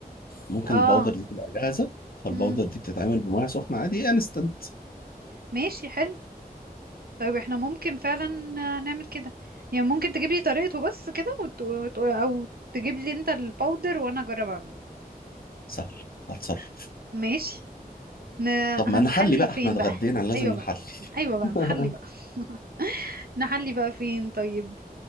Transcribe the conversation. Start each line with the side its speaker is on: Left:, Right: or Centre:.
Left: ممكن
Right: اه
Left: الباودر دي تبقى جاهزة فالباودر
Right: مم.
Left: دي بتتعمل بمية سخنة عادي انستنت
Right: ماشي حلو طيب احنا ممكن فعلا آه، نعمل كده يعني ممكن تجيب لي طريقته بس كده وت... وت- او تجيب لي انت الباودر وانا اجرب اعمل
Left: سهل هتصرف
Right: ماشي ن...
Left: طب
Right: هنحلي
Left: ما نحلي بقى
Right: فين
Left: احنا اتغدينا
Right: بقى
Left: لازم
Right: ايوه
Left: نحلي
Right: بقى ايوه بقى
Left: <laughs>
Right: نحلي بقى <laughs> نحلي بقى فين طيب